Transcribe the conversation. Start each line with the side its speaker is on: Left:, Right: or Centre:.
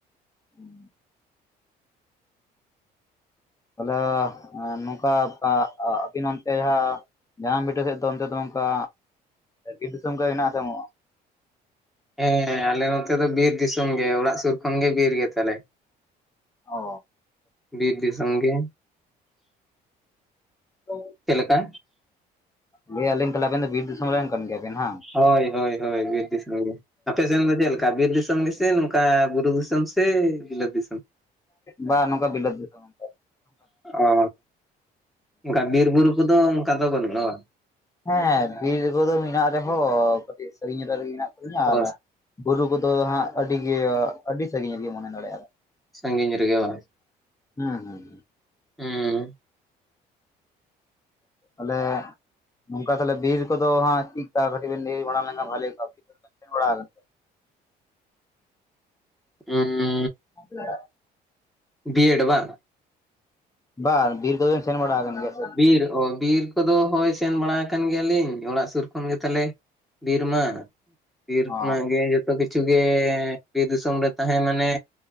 Left: ᱦᱩᱸ ᱛᱟᱞᱮ ᱱᱚᱝᱠᱟ ᱟᱹᱵᱤᱱ ᱚᱱᱛᱮ ᱦᱟᱸ <unintelligible> ᱡᱟᱱᱟᱢ ᱵᱷᱤᱴᱟᱹ ᱥᱮᱫ ᱫᱚ ᱚᱱᱛᱮ ᱫᱚ ᱱᱚᱝᱠᱟ ᱵᱤᱨ ᱫᱤᱥᱚᱢ ᱠᱚ ᱦᱮᱱᱟᱜ ᱟᱥᱮ ᱵᱟᱱᱩᱜ-ᱟ?
Centre: ᱦᱮᱸᱦᱮᱸ ᱟᱞᱮ ᱱᱚᱛᱮ ᱫᱚ ᱵᱤᱨ ᱫᱤᱥᱚᱢ ᱜᱮ ᱚᱲᱟᱜ ᱥᱩᱨ ᱠᱷᱚᱱ ᱜᱮ ᱵᱤᱨ ᱜᱮ ᱛᱟᱞᱮ ᱾
Left: ᱚ
Centre: ᱵᱤᱨ ᱫᱤᱥᱚᱢ ᱜᱮ
Left: ᱚ <unintelligible>
Centre: ᱪᱮᱫ ᱞᱮᱠᱟ
Left: ᱞᱟᱹᱭᱮ ᱟᱞᱤᱧ ᱛᱟᱦᱞᱮ ᱟᱵᱮᱱ ᱫᱚ ᱵᱤᱨ ᱫᱤᱥ ᱾ ᱥᱚᱢ ᱨᱮᱱ ᱠᱟᱱ ᱜᱮᱭᱟ ᱵᱤᱱ ᱦᱟᱸᱜ
Centre: ᱦᱚᱭ ᱦᱚᱭ ᱦᱚᱭ ᱵᱤᱨ ᱫᱤᱥ ᱾ ᱟᱯᱮ ᱥᱮᱱ ᱫᱚ ᱪᱮᱫ ᱞᱮᱠᱟ ᱵᱤᱨ ᱫᱤᱥᱚᱢ ᱜᱮᱥᱮ ᱱᱚᱝᱠᱟ ᱵᱩᱨᱩ ᱫᱤᱥᱚᱢ ᱥᱮ ᱵᱤᱞᱟᱹ ᱫᱤᱥᱚᱢ ᱾
Left: ᱵᱟ ᱱᱚᱝᱠᱟ ᱵᱤᱞᱟᱹᱛ ᱫᱤᱥᱚᱢ ᱾
Centre: ᱚᱻ ᱚᱝᱠᱟ ᱵᱤᱨ ᱵᱩᱨᱩ ᱠᱚᱫᱚ ᱚᱝᱠᱟ ᱫᱚ ᱵᱟᱹᱱᱩᱜ-ᱟ ᱵᱟ ᱾
Left: ᱦᱮᱸ, ᱵᱤᱨ ᱠᱚᱫᱚ ᱢᱮᱱᱟᱜ ᱨᱮᱦᱚᱸ ᱠᱟᱹᱴᱤᱡ ᱥᱟᱹᱨᱤᱧ ᱧᱚᱜ ᱨᱮᱜᱤ ᱢᱮᱱᱟᱜ ᱟᱠᱟᱫ ᱞᱤᱧᱟ
Centre: ᱚ
Left: ᱟᱨᱼᱼ ᱵᱩᱨᱩ ᱠᱚᱫᱚ ᱦᱟᱸᱜ ᱟᱹᱰᱤᱜᱮ ᱟᱹᱰᱤ ᱥᱟᱺᱜᱤᱧ ᱨᱮᱜᱮ ᱢᱚᱱᱮ ᱫᱟᱲᱮᱼᱟ ᱾
Centre: ᱥᱟᱺᱜᱤᱧ ᱨᱮᱜᱮ ᱵᱟᱝ,
Left: ᱦᱩᱸ ᱦᱩᱸ
Centre: ᱦᱩᱸ
Left: ᱛᱟᱞᱦᱮᱼᱼ ᱱᱚᱝᱠᱟ ᱛᱟᱦᱚᱞᱮ ᱵᱤᱨ ᱠᱚᱫᱚ ᱦᱟᱸᱜ ᱪᱤᱜᱠᱟ ᱠᱟᱹᱴᱤᱡ ᱵᱤᱱ ᱞᱟ, ᱭ ᱵᱟᱲᱟ ᱞᱮᱱᱠᱷᱟᱱ ᱵᱷᱟᱞᱮ ᱠᱚᱜᱼᱟ, ᱵᱤᱨ <inaudible> ᱠᱚ ᱵᱮᱱ ᱥᱮᱱ ᱵᱟᱲᱟ ᱠᱟᱱᱟ ᱾
Centre: ᱦᱮᱸ <inaudible>
Left: ᱟ <inaudible>
Centre: ᱵᱤ ᱮᱰ ᱵᱟᱝ
Left: ᱵᱟᱝ ᱵᱤᱨ ᱠᱚᱫᱚ ᱵᱤᱱ ᱥᱮᱱ ᱵᱟᱲᱟ ᱠᱟᱱ ᱜᱮᱭᱟ ᱥᱮ?
Centre: ᱵᱤᱨ ᱳ ᱵᱤᱨ ᱠᱚᱫᱚ ᱦᱳᱭ ᱥᱮᱱ ᱵᱟᱲᱟ ᱟᱠᱟᱱ ᱜᱮᱭᱟᱞᱤᱧ, ᱚᱲᱟᱜ ᱥᱩᱨ ᱠᱷᱚᱱ ᱜᱮ ᱛᱟᱞᱮᱼᱼ ᱵᱤᱨ ᱢᱟ, ᱵᱤᱨ
Left: ᱚ
Centre: ᱠᱷᱚᱱᱟᱜ ᱜᱮ ᱡᱷᱚᱛᱚ ᱠᱤ ᱠᱤᱪᱷᱩ ᱜᱮ ᱵᱤᱨ ᱫᱤᱥᱚᱢ ᱨᱮ ᱛᱟᱦᱮᱸ ᱢᱟᱱᱮᱼᱼ